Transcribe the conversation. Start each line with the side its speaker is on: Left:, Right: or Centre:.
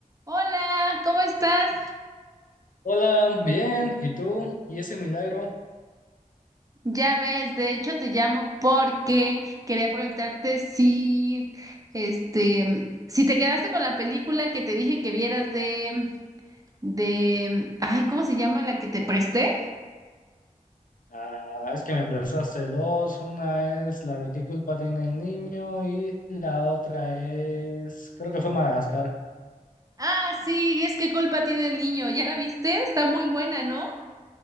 Right: Hola, ¿cómo estás?
Left: Hola, bien, ¿y tú? ¿Y ese milagro?
Right: Ya ves, de hecho te llamo porque quería preguntarte si, este, si te quedaste con la película que te dije que vieras de, de, ay, ¿cómo se llama la que te presté?
Left: Ah, es que me prestaste dos. Una es la de qué culpa tiene el niño y la otra es, creo que fue Madagascar.
Right: Ah, sí, es que culpa tiene el niño, ¿ya la viste? Está muy buena, ¿no?